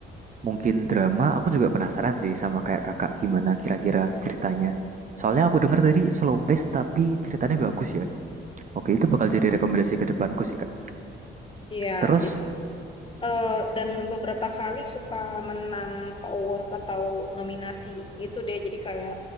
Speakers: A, on the right; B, on the left.
A: mungkin drama, aku juga penasaran sih sama kayak kakak gimana kira-kira ceritanya. Soalnya aku dengar tadi slow pace tapi ceritanya bagus ya. Oke, itu bakal jadi rekomendasi ke depanku sih Kak.
B: Iya,
A: Terus
B: jadi eh, dan beberapa kali suka menang award atau nominasi gitu deh. Jadi kayak,